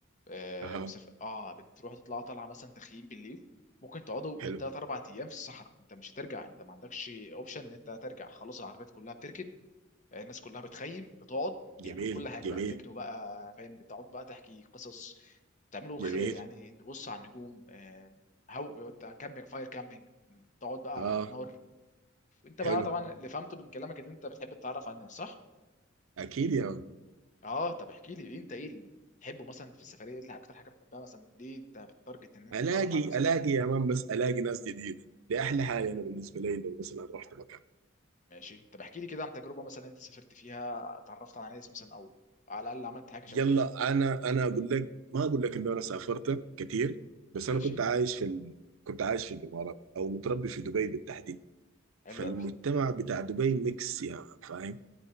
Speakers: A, on the left; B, on the right.
A: آه
B: اها
A: وسف... اه بتروح تطلع طالعه مثلا تخييم بالليل ممكن تقعدوا بالثلاث
B: حلو
A: اربع ايام في الصحراء انت مش هترجع انت ما عندكش اوبشن ان انت ترجع خلاص العربيات كلها بتركن الناس كلها بتخيم بتقعد بيعملوا
B: جميل
A: كل حاجه
B: جميل
A: بقى تكنو بقى فاهم بتقعد بقى تحكي قصص تعملوا خ...
B: جميل
A: يعني تبص على النجوم آه، هو بتاع كامبينج فاير كامبينج تقعد بقى
B: اه
A: نار وانت بقى
B: حلو
A: طبعا اللي فهمته من كلامك اللي انت بتحب تتعرف على الناس صح؟
B: اكيد يا مان
A: اه طب احكي لي انت ايه اللي بتحبه مثلا في السفريه ايه اللي اكتر حاجه بتحبها مثلا ليه انت بتتارجت ان انت
B: الاقي
A: تعرف على الناس اكتر
B: الاقي يا مان بس الاقي ناس جديده دي احلى حاجه انا بالنسبه لي لو مثلا رحت مكان
A: ماشي طب احكي لي كده عن تجربه مثلا انت سافرت فيها اتعرفت على ناس مثلا او على الاقل عملت حاجه شبه
B: يلا
A: كده
B: انا انا اقول لك ما اقول لك انه انا سافرت كتير بس
A: ماشي
B: انا كنت عايش في ال... كنت عايش في الامارات او متربي في دبي بالتحديد
A: حلو
B: فالمجتمع
A: قوي
B: بتاع دبي ميكس يا مان، فاهم